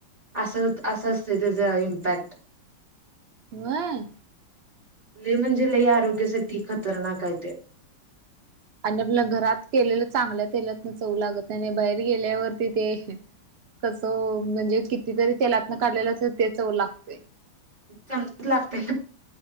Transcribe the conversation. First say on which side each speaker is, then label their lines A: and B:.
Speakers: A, on the right (about 20°); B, on the right (about 80°).
A: अस असं असत त्याच इम्पॅक्ट
B: व्हय
A: लय म्हणजे लय आरोग्यासाठी खतरनाक आहे ते
B: आणि आपल्या घरात केलेलं चांगल्या तेलातनं चव लागत नाही बाहेर गेल्यावरती ते. कसं म्हणजे कितीतरी तेलातन काढलेलं असल तेच चव, लागत.
A: चमच लागतंय.